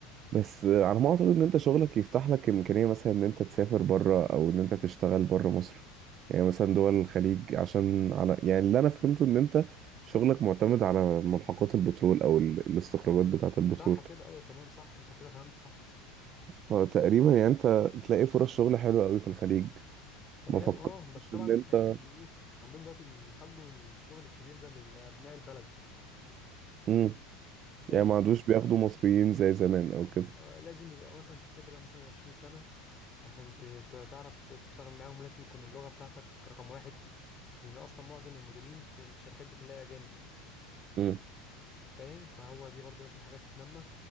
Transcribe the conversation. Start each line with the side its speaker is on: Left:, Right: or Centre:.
Right: بس آه، على ما اعتقد ان انت شغلك يفتح لك امكانية مثلا ان انت تسافر بره او ان انت تشتغل بره مصر يعني مثلا دول الخليج عشان على يعني اللي انا فهمته ان انت شغلك معتمد على ملحقات البترول او ال- الاستخراجات بتاعة البترول
Left: صح كده ايوه تمام صح انت كده فهمت صح
Right: فتقريبا يعني انت تلاقي فرص شغل حلوة قوي في الخليج
Left: تمام
Right: ما فكرتش
Left: اه بس طبعا
Right: ان انت
Left: الخليج بي ايه عندهم دلوقتي بيخلوا الشغل الكبير ده لابناء البلد
Right: امم
Left: فاهم
Right: يعني ما عادوش بياخدوا مصريين زي زمان او كده
Left: آه، لازم يبقى مثلا انت خبره مثلا 20 سنه عشان ت- ت- تعرف ت- تشتغل معاهم لازم يكون اللغة بتاعتك رقم واحد لأن أصلا معظم المديرين في الشركات دي كلها أجانب
Right: امم
Left: فاهم فهو دي برضو لازم حاجة تتنمى